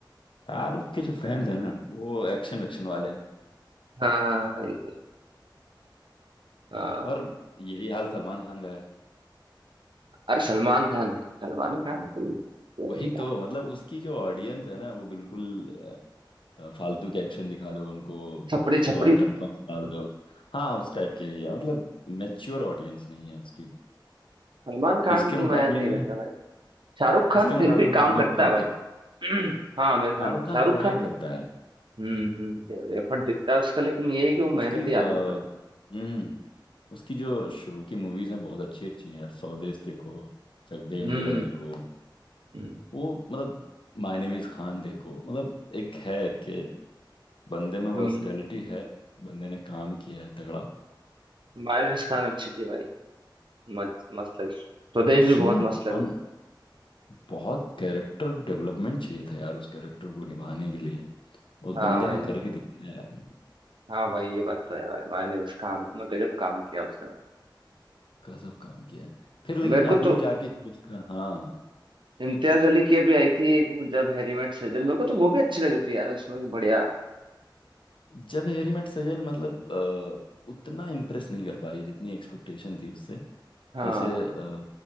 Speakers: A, on the left; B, on the right.
A: शाहरुख के जो फैंस हैं ना वो एक्शन वैक्शन वाले हैं
B: हाँ हाँ सही सही हाँ
A: और यही हाल सलमान खान का है
B: अरे सलमान खान नहीं सलमान खान तो तो
A: वही
B: है क्या
A: तो मतलब उसकी जो ऑडियंस है ना वो बिल्कुल अ, अ, फालतू के एक्शन दिखा दो उनको
B: छपरी
A: एक
B: छपरी
A: दो आइटम सॉन्ग डाल दो हाँ उस टाइप के ही है मतलब मैच्योर ऑडियंस नहीं है उसकी
B: सलमान खान
A: इसके
B: तो
A: मुकाबले
B: मैं नहीं
A: में
B: लगता भाई शाहरुख खान
A: इसके मुकाबले
B: फिर भी
A: में
B: काम
A: आमिर
B: करता
A: खान
B: है भाई
A: ठीक
B: <clears throat> हाँ आमिर खान
A: शाहरुख
B: भी।
A: खान
B: शाहरुख
A: ट्राई
B: खान
A: करता है
B: हम्म हम्म एफर्ट दिखता है उसका लेकिन ये है कि वो मेहनती
A: उसकी अ,
B: आदमी है भाई
A: हम्म उसकी जो शुरू की मूवीज हैं बहुत अच्छी अच्छी हैं यार स्वदेश देखो चक दे
B: हम्म
A: इंडिया देखो
B: हम्म
A: वो मतलब माय नेम इज खान देखो मतलब एक है कि बंदे में वर्सटैलिटी
B: हम्म
A: है बंदे ने काम किया है तगड़ा
B: माइनस खान अच्छी थी भाई मस्त मस्त लगी स्वदेश
A: उसमें
B: भी बहुत
A: बन,
B: मस्त लगी थी
A: बहुत कैरेक्टर डेवलपमेंट चाहिए था यार उस कैरेक्टर को निभाने के लिए उस
B: हाँ
A: बंदे
B: भाई
A: ने करके दिखाया है,
B: हाँ भाई ये बात तो है भाई माइनस खान ने गजब काम किया उसने भाई
A: गजब काम किया है फिर लेकिन
B: मेरे को
A: अभी
B: तो
A: जाके जो उसका हाँ
B: इम्तियाज अली की अभी आई थी एक वो जब हैरी मेट सेजल मेरे को तो वो भी अच्छी लगी थी यार उसमें कि बढ़िया
A: जब हैरी मेट सजल मतलब अ, उतना इम्प्रेस नहीं कर पाई जितनी एक्सपेक्टेशन थी उससे
B: हाँ
A: जैसे अ,